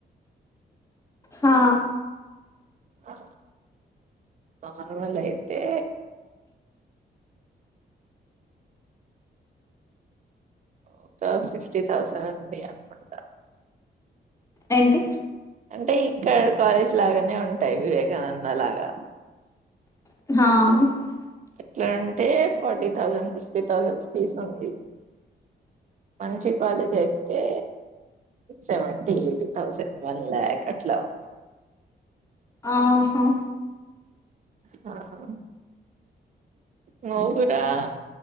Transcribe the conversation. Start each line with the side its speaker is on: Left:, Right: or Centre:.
Left: హా
Right: ఆ నార్మల్ అయితే ఒక ఫిఫ్టీ థౌసండ్ అని ఉంది అకుంటా
Left: ఏంటి
Right: అంటే ఇక్కడ కాలేజ్ లాగానే ఉంటాయి వివేకానంద లాగా
Left: <inaudible>
Right: ఎట్లాంటే forty thousand fifty thousand fees ఉంది మంచి కాలేజ్ అయితే seventy eighty thousand one lakh అట్లా ఉంది
Left: ఆహా
Right: హ నువ్వు గూడ రా